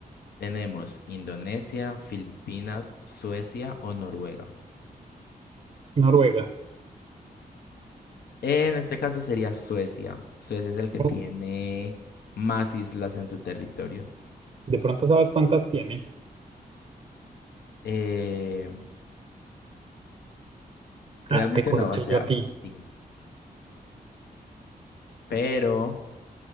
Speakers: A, on the left; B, on the right.
A: Tenemos Indonesia, Filipinas, Suecia o Noruega.
B: Noruega.
A: En este caso sería Suecia. Suecia es el que
B: Oh,
A: tiene más islas en su territorio.
B: ¿De pronto sabes cuántas tiene?
A: Eh, realmente
B: Ah, te corché
A: no, o sea,
B: yo a ti.
A: sí. Pero